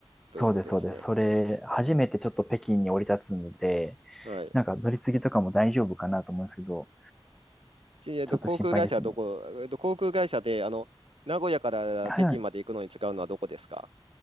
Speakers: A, on the right; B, in the centre.
A: ということですね。
B: そうです、そうです。それ、初めてちょっと北京に降り立つので、
A: はい。
B: なんか乗り継ぎとかも大丈夫かなと思うんですけど、
A: ちえっと、
B: ちょっと心配ですね。
A: 航空会社はどこ、えっと、航空会社で、あの、名古屋から北京まで行くのに使うのはどこですか
B: はい。